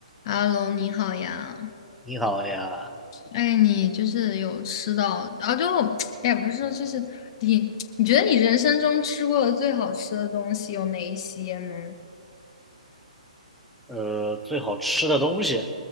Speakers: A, on the left; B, in the centre.
A: h e 你好呀。
B: 你好呀，
A: 哎，你就是有吃到啊？就 <tsk> 哎呀，不是说就是你，你觉得你人生中吃过的最好吃的东西有哪一些呢？
B: 呃，最好吃的东西，